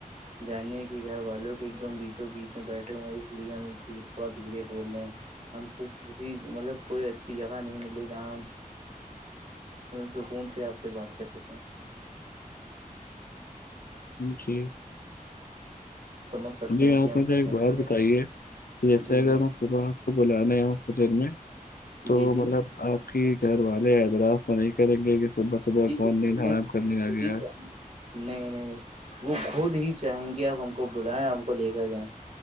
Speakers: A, on the right; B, on the left.
A: جانے کہ گھر والوں کے ایک دم بیچوں بیچ میں بیٹھے ہوئے ہیں اس لیے ہم تھوڑا دھیرے بول رہے ہیں ہم کو کسی مطلب کوئی اچھی جگہ نہیں ملے جہاں سکون سے آپ سے بات کر سکتے ہیں
B: جی
A: سمجھ سکتے
B: جی
A: ہیں
B: آپ
A: کہ ہم
B: مجھے
A: کیا
B: ایک
A: کہنا
B: بات
A: چاہ
B: بتائیے
A: رہے ہیں
B: جیسے
A: جی
B: اگر
A: جی
B: صبح آپ کو بلانے ہے ہوٹل میں تو
A: جی جی
B: مطلب آپ کہ گھر والے اعتراض تو نہیں کریں گے کہ صبح صبح
A: جی
B: کون
A: بالکل
B: دین
A: نہیں
B: آرام کرنے
A: وہ خود
B: آ گیا
A: ہی چاہیں نہیں نہیں وہ خود ہی چاہیں گی آپ ہم کو بلائیں ہم کو لے کر جائیں